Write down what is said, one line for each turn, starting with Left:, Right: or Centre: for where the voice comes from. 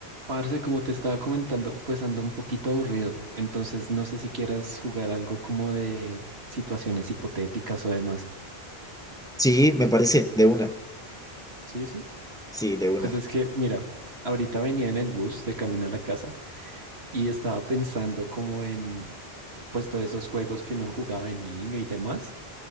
Right: Parce, como te estaba comentando, pues ando un poquito aburrido, entonces no sé si quieras jugar algo como de situaciones hipotéticas o demás.
Centre: Sí, me parece, de una.
Right: Sí, sí.
Centre: Sí, de una.
Right: Pues es que, mira, ahorita venía en el bus de camino a la casa y estaba pensando como en, pues todos esos juegos que uno jugaba de niño y demás,